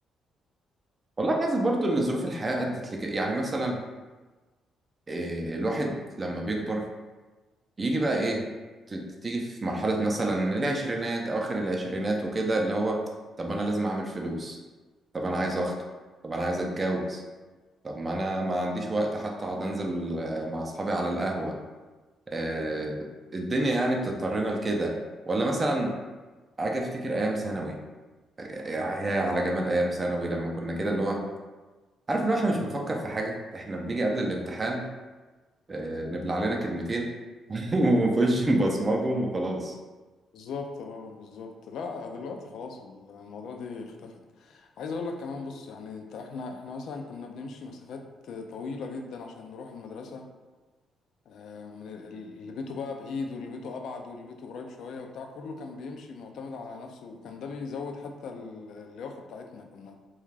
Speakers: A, on the right (about 30°); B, on the left (about 70°).
A: والله حاسس برضو ان ظروف الحياة ادت لك يعني مثلا آه، الواحد لما بيكبر يجي بقى ايه ت- ت- تيجي في مرحلة مثلا العشرينات أواخر العشرينات وكده اللي هو طب أنا لازم أعمل فلوس طب أنا عايز أخطب طب أنا عايز أتجوز طب ما أنا ما عنديش وقت حتى أقعد أنزل آه، مع أصحابي على القهوة آه، الدنيا يعني بتضطرنا لكده ولا مثلا أجي أفتكر أيام ثانوي يا يا على جمال أيام ثانوي لما كنا كده اللي هو عارف اللي هو إحنا مش بنفكر في حاجة إحنا بنيجي قبل الامتحان آه، نبلع لنا كلمتين <laughs> ونخش نبصمجهم وخلاص
B: بالظبط اه بالظبط لا دلوقتي خلاص ال- الموضوع دي اختفت عايز اقول لك كمان بص يعني انت احنا احنا مثلا كنا بنمشي مسافات طويلة جدا عشان نروح المدرسة آه، من ال- ال- اللي بيته بقى بعيد واللي بيته ابعد واللي بيته قريب شوية وبتاع كله كان بيمشي معتمد على نفسه وكان ده بيزود حتى ال- اللياقة بتاعتنا كنا